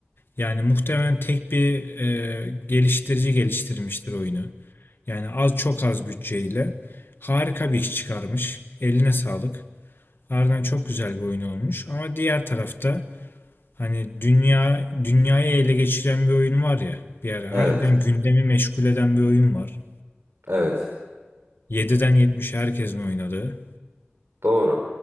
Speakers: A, on the left; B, on the right.
A: Yani muhtemelen tek bir e, geliştirici geliştirmiştir oyunu. Yani az çok az bütçeyle harika bir iş çıkarmış. Eline sağlık. Harbiden çok güzel bir oyun olmuş. Ama diğer tarafta hani dünya dünyayı ele geçiren bir oyun var ya. Bir ara
B: Evet.
A: harbiden gündemi meşgul eden bir oyun var.
B: Evet,
A: yediden 70'e herkesin oynadığı.
B: doğru.